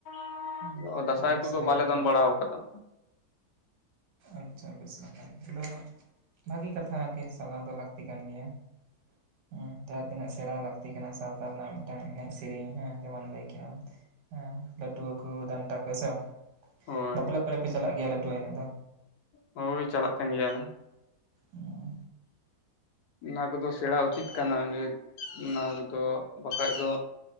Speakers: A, on the left; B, on the right.
A: ᱾
B: ᱦᱩᱸ᱾
A: <unintelligible> ᱫᱟᱸᱥᱟᱭ
B: ᱚᱱᱟ ᱫᱚ
A: ᱠᱚᱫᱚ
B: ᱥᱮᱬᱟ
A: ᱵᱟᱞᱮ
B: ᱞᱟᱹᱠᱛᱤ
A: ᱫᱚᱱ
B: ᱠᱟᱱ
A: ᱵᱟᱲᱟᱣ
B: ᱜᱮᱭᱟ᱾
A: ᱟᱠᱟᱫᱟ ᱾
B: ᱟᱪᱪᱷᱟ ᱵᱮᱥ ᱱᱟᱯᱟᱭ ᱟᱫᱚ ᱦᱟᱜ ᱵᱷᱟᱹᱜᱤ ᱠᱟᱛᱷᱟ ᱟᱨᱠᱤ ᱪᱟᱞᱟᱣ ᱫᱚ ᱞᱟᱹᱠᱛᱤ ᱠᱟᱱ ᱜᱮᱭᱟ ᱾᱾ ᱦᱩᱸ ᱡᱟᱦᱟᱸ ᱛᱤᱱᱟᱹᱜ ᱥᱮᱲᱟ ᱞᱟᱹᱠᱛᱤ ᱠᱟᱱᱟ ᱥᱟᱶᱛᱟ ᱨᱮᱱᱟᱜ ᱢᱤᱫᱴᱟᱝ ᱮᱱᱮᱡ ᱥᱮᱨᱮᱧ ᱦᱮᱸ ᱡᱮᱢᱚᱱ ᱞᱟᱹᱭ ᱠᱮᱜ ᱟᱢ ᱾ ᱦᱩᱸ ᱞᱟᱹᱴᱩᱣᱟᱹ ᱠᱩ, ᱰᱟᱱᱴᱟ ᱠᱩ, ᱦᱮ ᱥᱮ ᱵᱟᱝ?
A: ᱦᱳᱭ
B: ᱵᱟᱯᱞᱟ ᱠᱚᱨᱮ ᱯᱮ ᱪᱟᱞᱟᱜ ᱜᱮᱭᱟ ᱞᱟᱹᱴᱩᱣᱟᱹ ᱮᱱᱮᱡ ᱫᱚ?
A: ᱦᱳᱭ ᱪᱟᱞᱟᱜ ᱛᱟᱦᱮᱱ ᱜᱮᱭᱟ ᱞᱮ ᱾
B: ᱚ ᱾
A: ᱚᱱᱟ ᱠᱩᱫᱚ ᱥᱮᱬᱟ ᱩᱪᱤᱛ ᱠᱟᱱᱟ ᱡᱮ ᱚᱱᱟ ᱠᱚᱫᱚ ᱵᱟᱠᱷᱟᱡ ᱫᱚ